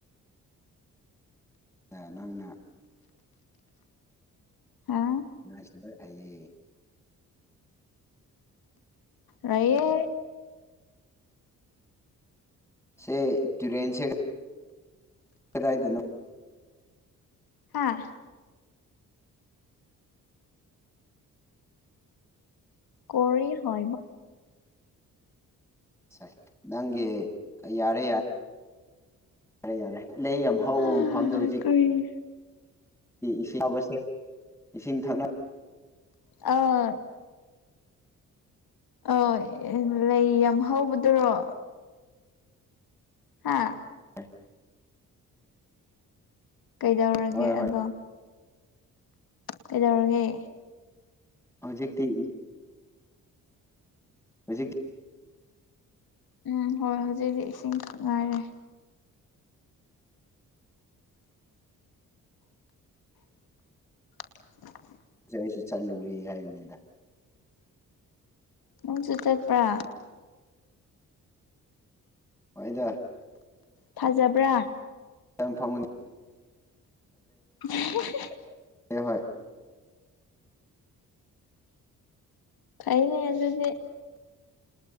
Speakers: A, in the centre; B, on the left (about 65°).
A: ꯑ ꯅꯪꯅ
B: ꯍꯥ
A: ꯁꯤꯕ ꯍꯥꯏꯌꯦ
B: ꯔꯌꯦ
A: ꯁꯦ ꯇꯨꯔꯦꯟꯁ ꯍꯗꯥꯏꯗꯅꯣ
B: ꯍꯥꯥ ꯀ ꯍ
A: ꯁ ꯅꯪꯒꯤ ꯌꯥꯔꯦ ꯌꯥꯔꯦ ꯌꯥꯔꯦ ꯌꯥꯔꯦ ꯂꯩ ꯌꯥꯝ ꯍꯧꯕ
B: ꯍꯥ
A: ꯃꯐꯝꯗꯣ ꯍꯧꯖꯤꯛ
B: ꯀꯔꯤ
A: ꯏꯁꯤꯡꯕꯁꯦ ꯏꯁꯤꯡ ꯊꯛꯅꯕ
B: ꯑ ꯑ ꯂꯩ ꯌꯥꯝ ꯍꯧꯕꯗꯨꯔꯣ ꯍꯥꯥ
A: <inaudible>
B: ꯀꯩꯗꯧꯔꯒꯦ
A: ꯍꯣꯏ ꯍꯣꯏ
B: ꯑꯗꯣ ꯀꯩꯗꯧꯔꯒꯦ
A: ꯍꯧꯖꯤꯛꯇꯤ ꯍꯧꯖꯤꯛ
B: ꯎꯝ ꯍꯣꯏ ꯍꯧꯖꯤꯛ ꯍꯧꯖꯤꯛ ꯏꯁꯤꯡ ꯉꯥꯏꯔꯦ <unintelligible>
A: ꯁꯤ ꯑꯩꯁꯨ ꯆꯠꯂꯨꯔꯦ ꯍꯥꯏꯕꯅꯤꯗ
B: ꯃ ꯆ ꯆꯠꯄ꯭ꯔꯥ
A: ꯑꯣꯏꯗ
B: ꯊꯖꯕ꯭ꯔꯥ
A: ꯇꯝ ꯐꯝꯅꯤ
B: ꯎ
A: ꯁ ꯍꯣꯏ
B: ꯀꯥꯏꯅꯦ ꯑꯗꯨ ꯑꯗꯨꯗꯤ